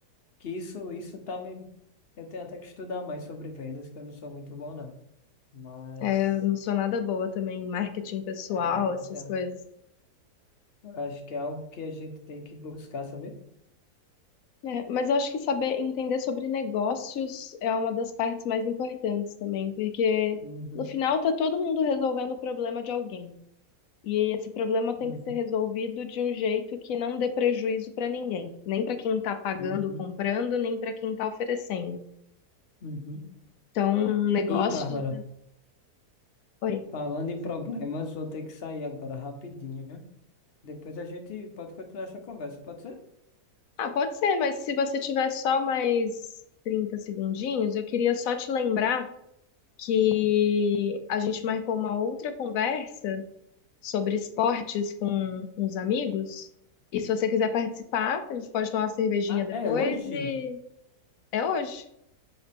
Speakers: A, on the left; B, on the left.
A: que isso, isso tá me. Eu tenho até que estudar mais sobre vendas, que eu não sou muito bom, não. Mas,
B: É, eu não sou nada boa também em marketing pessoal,
A: é, então,
B: essas coisas.
A: eu acho que é algo que a gente tem que buscar, sabe?
B: É, mas eu acho que saber entender sobre negócios é uma das partes mais importantes também, porque
A: Uhum,
B: no final tá todo mundo resolvendo o problema de alguém. E esse problema tem
A: uhum,
B: que ser resolvido de um jeito que não dê prejuízo para ninguém, nem para quem tá pagando,
A: uhum,
B: comprando, nem para quem tá oferecendo.
A: uhum.
B: Então, negócios.
A: E, Bárbara,
B: Oi.
A: falando em problemas, vou ter que sair agora rapidinho. Depois a gente pode continuar essa conversa, pode ser?
B: Ah, pode ser, mas se você tiver só mais 30 segundinhos, eu queria só te lembrar que
A: Hum.
B: a gente marcou uma outra conversa sobre esportes com uns amigos. E se você quiser participar, a gente pode tomar uma cervejinha
A: Ah,
B: depois
A: é hoje?
B: e é hoje.